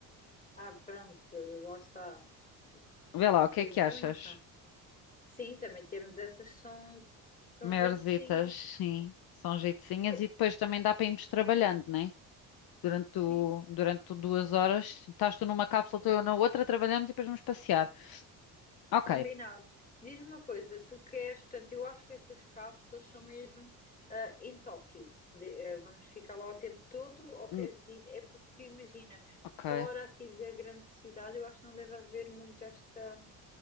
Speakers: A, on the left; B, on the left.
A: Ah, pronto, lá está.
B: Vê
A: Depende
B: lá, o que é que achas?
A: muito. Sim, também temos essas que são, são
B: Maiorzitas,
A: jeitozinhas
B: sim, são jeitozinhas
A: Co-
B: e depois também dá para irmos trabalhando, né? Durante, o,
A: Sim.
B: durante o duas horas, estás tu numa cápsula, estou eu na outra, trabalhamos e depois vamos passear. Ok,
A: Combinado. Diz-me uma coisa, tu queres, portanto, eu acho que estas cápsulas são mesmo ah, em Tóquio. De- eh, vamos ficar lá o tempo todo ou queres
B: hum,
A: ir? É porque imagina,
B: ok,
A: fora aqui da grande cidade, eu acho que não deve haver muito esta,